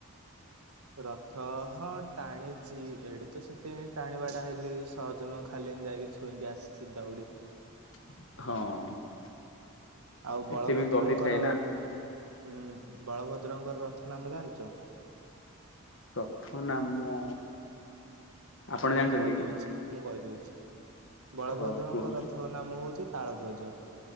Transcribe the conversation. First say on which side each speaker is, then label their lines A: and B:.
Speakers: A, on the right; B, on the left.
A: ରଥ ହଁ ଟାଣିଛିି ଏଠି ତ ସେଥିପାଇଁ ଟାଣିବାଟା ହେଇଲି ସହଜ ନୁହଁ ଖାଲି ଏମିତି ଯାଇକି ଛୁଇଁକି ଆସିଛି ଦଉଡି।
B: ହଁ
A: ଆଉ ବଳଭଦ୍ରଙ୍କର
B: ଏତେ ବି ଗହଳି ଥାଏ ନା
A: ହୁଁ ବଳଭଦ୍ରଙ୍କର ରଥ ନାମ ଜାଣିଛ?
B: ରଥ ନାମ ଆପଣ
A: ହଉ
B: ଜାଣିଛନ୍ତି
A: ମୁଁ କହିଦଉଛି
B: କି?
A: ମୁଁ କହିଦଉଛି। ବଳଭଦ୍ରଙ୍କ
B: ହଁ କୁହନ୍ତୁ
A: ରଥ ନାମ ହଉଛି ତାଳ ଧ୍ୱଜ